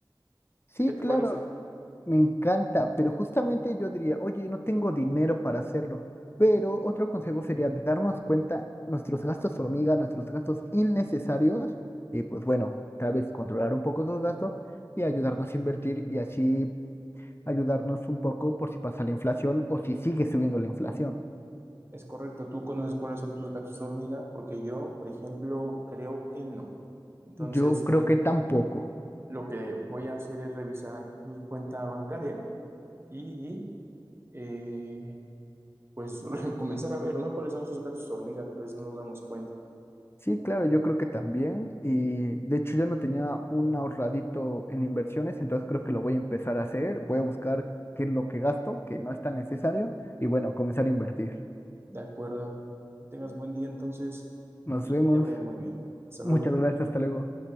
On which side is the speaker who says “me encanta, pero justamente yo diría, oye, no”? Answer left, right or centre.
Left